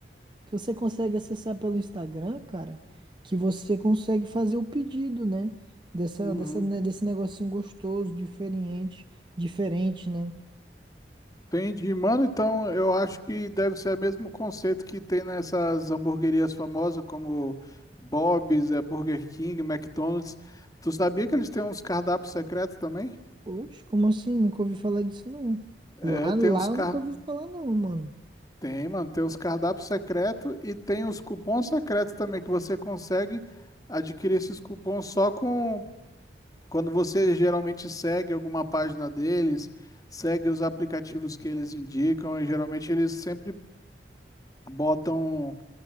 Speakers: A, on the right (about 25°); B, on the left (about 20°).
A: que você consegue acessar pelo Instagram, cara, que você consegue fazer o pedido, né? Dessa,
B: Uhum.
A: dessa, né, desse negocinho gostoso, diferente, diferente, né?
B: Entendi, mano. Então, eu acho que deve ser o mesmo conceito que tem nessas hamburguerias famosas como Bob's, é, Burger King, McDonald's. Tu sabia que eles têm uns cardápios secretos também?
A: Oxe, como assim? Nunca ouvi falar disso, não.
B: É,
A: Lá,
B: tem
A: lá
B: uns
A: eu
B: car...
A: nunca ouvi falar, não, mano.
B: Tem, mano, tem uns cardápios secretos e tem os cupons secretos também que você consegue adquirir esses cupons só com quando você geralmente segue alguma página deles, segue os aplicativos que eles indicam e geralmente eles sempre botam